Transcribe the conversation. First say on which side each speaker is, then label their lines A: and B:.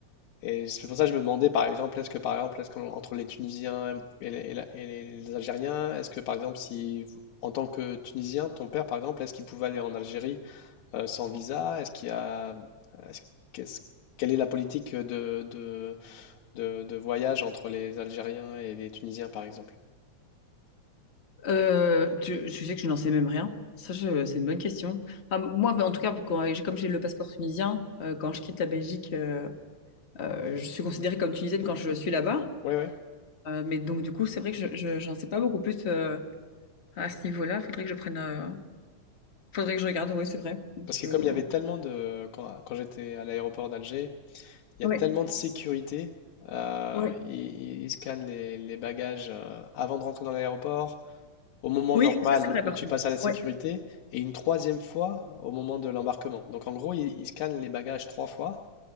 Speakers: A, on the left (about 80°); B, on the left (about 40°).
A: et c'est pour ça que je me demandais, par exemple, est-ce que, par exemple, est-ce qu'entre les Tunisiens et les, et la- et les Algériens, est-ce que, par exemple, si, en tant que Tunisien, ton père, par exemple, est-ce qu'il pouvait aller en Algérie? euh, sans visa? Est-ce qu'il y a, est-ce qu'est-ce- quelle est la politique de, de, de- de voyage entre les Algériens et les Tunisiens, par exemple?
B: Euh, tu, tu sais que je n'en sais même rien. Ça, je- c'est une bonne question. Enfin, moi, en tout cas, quand j'ai- comme j'ai le passeport tunisien, euh, quand je quitte la Belgique, euh, euh, je suis considérée comme tunisienne quand je suis là-bas.
A: Oui, oui.
B: Euh, mais donc, du coup, c'est vrai que je, je- j'en sais pas beaucoup plus euh, à ce niveau-là. Faudrait que je prenne. euh, Faudrait que je regarde. Oui, c'est vrai.
A: Parce
B: Je...
A: que comme il y avait tellement de... Quand, quand j'étais à l'aéroport d'Alger, il
B: Oui,
A: y a tellement de sécurité. euh,
B: oui,
A: ils, ils scannent les, les bagages euh, avant de rentrer dans l'aéroport, au moment
B: Oui,
A: normal
B: ça, c'est vrai,
A: où
B: par
A: tu
B: contre.
A: passes à la sécurité,
B: oui.
A: et une troisième fois au moment de l'embarquement. Donc en gros, ils, ils scannent les bagages trois fois.